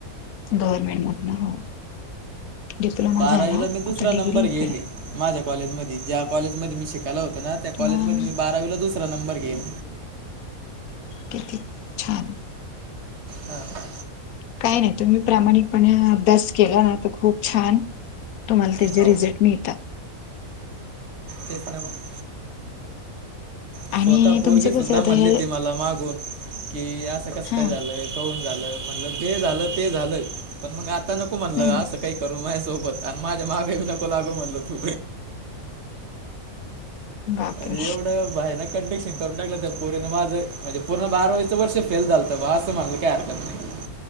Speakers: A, on the left (about 75°); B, on the right (about 50°).
A: गव्हर्मेंटमधन हो. डिप्लोमा
B: बारावीला
A: झाला
B: मी
A: आता
B: दुसरा
A: डिग्री
B: नंबर
A: इकडे.
B: घेले माझ्या कॉलेजमध्ये ज्या कॉलेजमध्ये मी शिकायला होतो ना, त्या कॉलेजमध्ये
A: मग
B: मी बारावीला दुसरा नंबर घेईल.
A: किती? छान
B: हा.
A: काय नाय. तुम्ही प्रामाणिकपणे अभ्यास केला ना, तर खूप छान तुम्हाला त्याचे
B: हो
A: रिझल्ट मिळतात.
B: तेच ना मग स्वतः
A: आणि
B: पोरगी
A: तुमचं
B: सुद्धा
A: कसं आता
B: म्हणली
A: हे
B: ती मला मागून, की असं कसं
A: हा
B: काय झालं. काहून झालं. म्हटलं जे झालं ते झालं. पण मग आता नको म्हणलं
A: हम्म
B: असं काही करू माझ्या सोबत आणि माझ्या माग बी नको लागु म्हणलं तु.
A: बापरे
B: आणि एवढं भयानक. कंडिशन करून टाकलं पोरीनं माझं म्हणजे, पूर्ण बारावीचा वर्ष फेल झालतं माझं असं म्हणायला काय हरकत नाही.